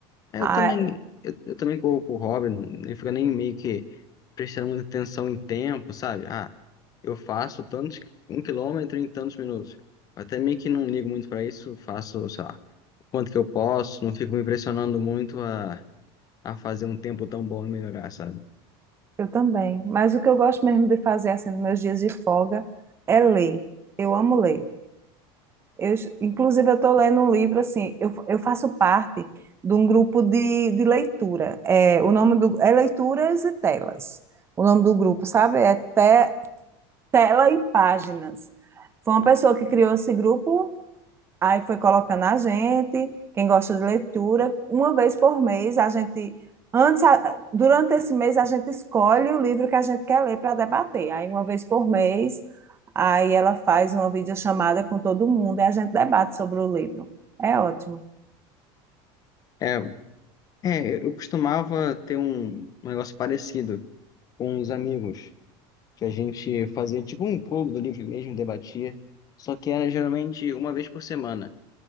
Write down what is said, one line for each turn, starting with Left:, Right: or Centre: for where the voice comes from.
Left: É,
Right: Ah,
Left: eu também, eu, eu também corro por hobby, não fica nem meio que prestando muita atenção em tempo, sabe? Ah, eu faço tantos, um quilômetro em tantos minutos. Eu até meio que não ligo muito pra isso, faço, sei lá, o quanto que eu posso, não fico me impressionando muito a a fazer um tempo tão bom e melhorar, sabe?
Right: eu também. Mas o que eu gosto mesmo de fazer assim nos meus dias de folga é ler. Eu amo ler. Eu, inclusive, eu estou lendo um livro assim. Eu, eu faço parte de um grupo de, de leitura. É, o nome do é Leituras e Telas. O nome do grupo, sabe? É Te- Tela e Páginas. Foi uma pessoa que criou esse grupo Aí foi colocando a gente, quem gosta de leitura, uma vez por mês, a gente antes durante esse mês a gente escolhe o livro que a gente quer ler para debater. Aí uma vez por mês, aí ela faz uma videochamada com todo mundo e a gente debate sobre o livro. É ótimo.
Left: É, é, eu costumava ter um, um negócio parecido com os amigos, que a gente fazia tipo um clube do livro mesmo, debatia, só que era geralmente uma vez por semana.